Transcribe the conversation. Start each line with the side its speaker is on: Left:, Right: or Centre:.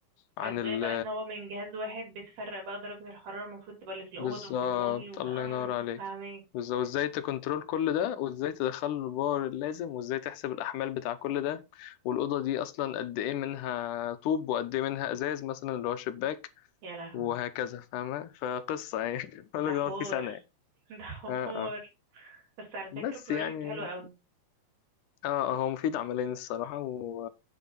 Left: عن
Right: فازاي
Left: ال
Right: بقى ان هو من جهاز واحد بتفرق بقى درجة الحرارة المفروض تبقى اللي في الأوض
Left: بالظبط
Right: وفي المول و...
Left: الله
Right: اه
Left: ينور عليك
Right: فهماك
Left: بالظبط وازاي تكنترول كل ده وازاي تدخل له الباور اللازم وازاي تحسب الأحمال بتاع كل ده والأوضة دي أصلا قد إيه منها طوب وقد إيه منها إزاز مثلا اللي هو شباك
Right: يا لهوي
Left: وهكذا فاهمة فقصة يعني <laughs> كل
Right: ده
Left: ده
Right: حوار
Left: في سنة يعني.
Right: <laughs> ده حوار
Left: اه اه
Right: بس على فكرة
Left: بس
Right: بروجكت
Left: يعني
Right: حلو قوي
Left: اه آه، هو مفيد عمليا الصراحة و...